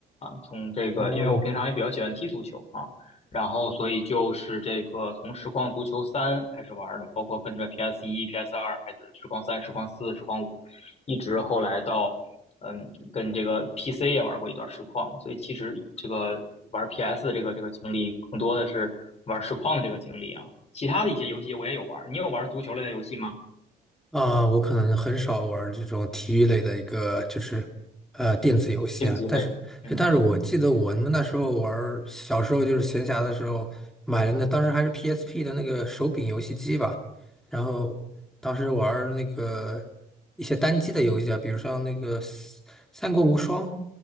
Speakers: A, on the left; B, in the centre.
A: 从这个，
B: 哦，
A: 因为我平常也比较喜欢踢足球啊，然后所以就是这个从实况足球三开始玩的，包括跟着 PS 一、PS 二开始实况三、实况四、实况五，一直后来到嗯跟这个 PC 也玩过一段实况，所以其实这个玩 PS 的这个这个经历更多的是玩实况这个经历啊，其他的一些游戏我也有玩，你有玩足球类的游戏吗？
B: 啊，我可能很少玩这种体育类的一个，就是呃电子游戏啊。
A: 竞技类，
B: 但是，
A: 嗯
B: 对但是我记得我们那时候玩儿小时候就是闲暇的时候买了那，当时还是 PSP 的那个手柄游戏机吧。然后当时玩儿那个一些单机的游戏啊，比如像那个《三三国无双》，